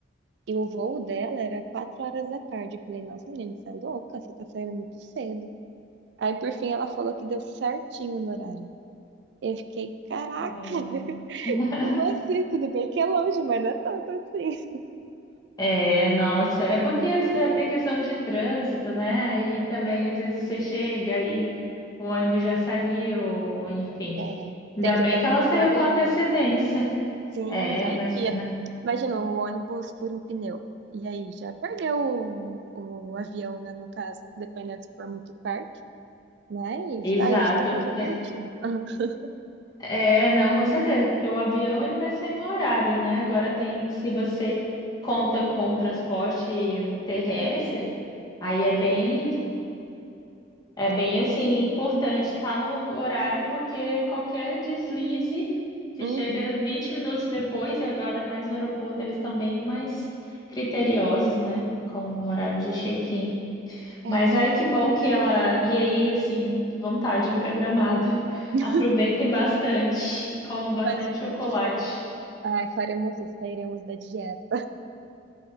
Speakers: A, on the right (about 65°); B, on the left (about 20°).
A: E o voo dela era quatro horas da tarde. Eu falei, nossa, menina, você é louca? Você tá saindo muito cedo. Aí, por fim, ela falou que deu certinho no horário. Eu fiquei, caraca,
B: Caramba.
A: <laughs>
B: <laughs>
A: como assim? Tudo bem que é longe, mas não é tanto assim.
B: É, nossa, é porque é, tem questão de trânsito, né? E também às vezes você chega e o ônibus já saiu, enfim.
A: É,
B: Ainda
A: tem que
B: bem
A: ter
B: que
A: uma
B: ela saiu
A: gordurinha.
B: com antecedência.
A: Sim,
B: É,
A: vai
B: imagina.
A: que. é. Imagina o ônibus fura um pneu. E aí já perdeu o, o avião, né, no caso, dependendo se for muito perto. Mas
B: Exato,
A: tá, a gente tá se
B: porque
A: divertindo. <laughs>
B: é, não, com certeza, porque o avião ele vai sair no horário, né? Agora tem, se você conta com transporte terrestre, aí é bem, é
A: É,
B: bem
A: tá-
B: assim importante estar no horário, porque qualquer deslize, se
A: uhum.
B: chega 20 minutos depois e agora mais no aeroporto, eles estão bem mais criteriosos, né? Com o horário de check-in.
A: É,
B: Mas
A: né?
B: ai, que bom que ela. E aí, assim, que vontade de ir pra Gramado. <laughs>
A: <laughs>
B: Aproveitem bastante e comam bastante
A: Pode
B: chocolate.
A: deixar. Ai, faremos isso, sairemos da dieta.